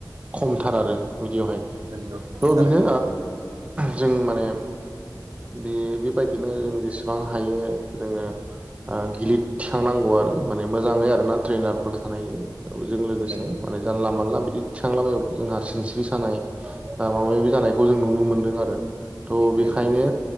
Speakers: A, on the right (about 15°); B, on the right (about 60°).
A: खमथार आरो बिदियावहाय
B: नंगौ
A: थ'
B: थारैनो
A: बेनो जों माने बे बेबायदिनो जों जेसेबां हायो जोङो गिलितथिखांनांगौ आरो माने मोजाङै आरो ना ट्रेनारफोर थानायजों बेजों लोगोसे
B: नंगौ
A: माने जानला मानला बिदि थिखांलाबायबाबो जोंहा सिनस्रि सानाय माबा माबि जानायखौ जों नुनो मोनदों आरो थ' बेखायनो
B: नंगौ